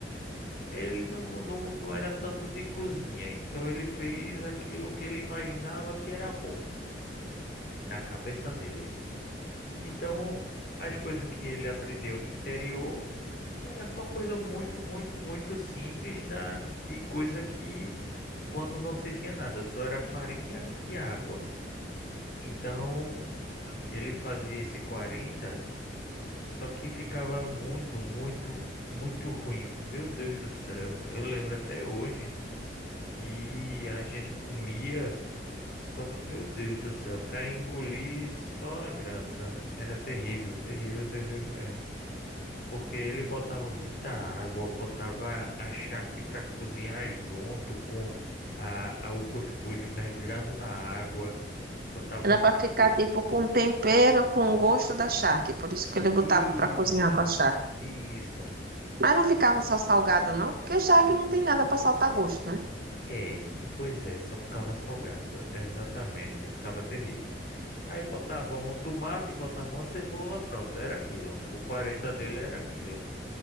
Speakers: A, on the left; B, on the right.
A: Ele não, não, não era tanto de cozinha, então ele fez aquilo que ele imaginava que era bom na cabeça dele. Então, as coisas que ele aprendeu no interior era só coisa muito, muito, muito simples da, de coisa que quando não se tinha nada, só era farinha e água. Então, ele fazia esse quarenta Só que ficava muito, muito, muito ruim. Meu Deus do céu. Eu lembro até hoje que a gente comia, só que, meu Deus do céu, para engolir só a graça. Era terrível, terrível, terrível mesmo. Porque ele botava muita água, botava a charque para cozinhar junto com a, a- o cuscuz mergulhado na água, botava
B: Era pra ficar,
A: um.
B: tipo, com tempero, com o gosto da charque. Por isso que ele botava
A: Isso,
B: pra cozinhar com a charque.
A: isso.
B: Mas não ficava só salgado, não. Porque charque não tem nada pra saltar gosto, né?
A: É, pois é, só ficava salgado, exatamente, ficava terrível. Aí botava um tomate, botava uma cebola, pronto, era aquilo. O 40 dele era aquilo.